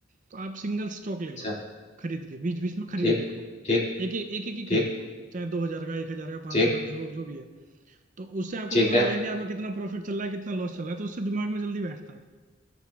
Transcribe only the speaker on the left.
अच्छा
ठीक
ठीक
ठीक
ठीक
ठीक
है